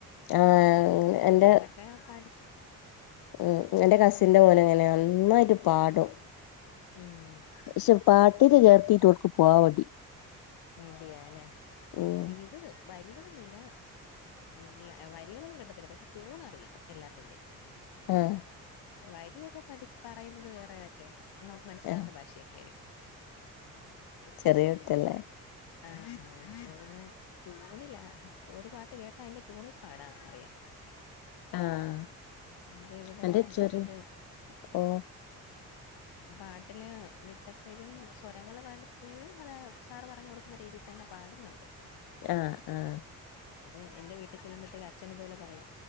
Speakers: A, on the left; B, on the left.
A: ആഹ്
B: അപ്പൊ സൗര്യങ്ങളൊക്കെ
A: എന്റെ
B: പാലിച്ച്
A: ഉം എന്റെ കസിന്റെ മോൻ അങ്ങനെയാ നന്നായിട്ട് പാടും
B: ഉം
A: പക്ഷെ പാട്ടിന് ചേർത്തിട്ട് ഒർക്ക് പോവാൻ മടി
B: മടിയാ അല്ലേ
A: ഉം
B: ഇത് വരികളൊന്നുല്ല ഇല്ല വരികളൊന്നും കിട്ടത്തില്ല പക്ഷെ ടൂൺ അറിയാം എല്ലാത്തിന്റെം
A: ആഹ്.
B: വരിയൊക്കെ പഠിച്ച് പറയുന്നത് വേറെ ഏതൊക്കെയാ ന്നമുക്ക് മനസ്സിലാവത്ത
A: ആഹ്
B: ഭാഷയൊക്കെ ആയിരിക്കും.
A: ചെറിയ കുട്ടിയല്ലെ.
B: ആഹ് ഇപ്പൊ പിന്നെ ട്യൂണില ഒരു പാട്ട് കേട്ടാ അയിന്റെ ട്യൂണിൽ പാടാനറിയാം.
A: ആഹ്.
B: അത് ഇവടെ
A: എന്റെ ചെറിയ
B: ഇത്.
A: ഓ
B: പാട്ടിന് വിട്ടപ്പഴും സ്വരങ്ങൾ ഭാണ്ട് ഇപ്പഴും അത് സാർ പറഞ്ഞ് കൊടുക്. ക്കുന്ന രീതിയിൽ തന്നെ പാടുന്നുണ്ട്
A: ആഹ് ആഹ്
B: അപ്പൊ എന്റെ വീട്ടിൽ ചെുല്ലുമ്പഴത്തക്ക് അച്ഛൻ ഇതുപോലെ പറയും